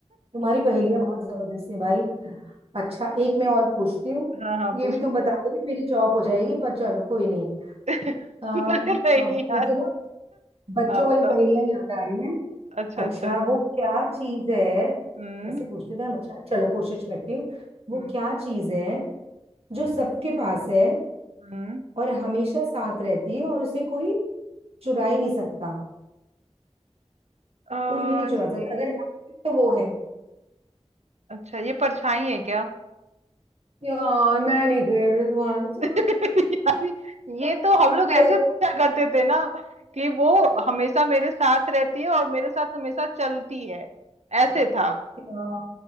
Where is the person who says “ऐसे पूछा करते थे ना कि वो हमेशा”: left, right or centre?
Right